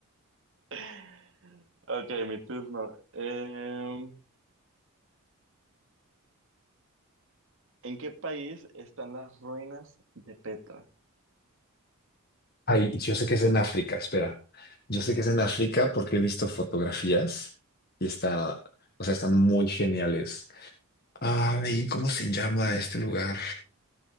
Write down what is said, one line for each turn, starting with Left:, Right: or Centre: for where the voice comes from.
Right: <laughs> Ok, mi turno. Em, ¿en qué país están las ruinas de Petra?
Left: Ay, y yo sé que es en África, espera. Yo sé que es en África porque he visto fotografías y está, o sea, están muy geniales. Ay, ¿cómo se llama este lugar?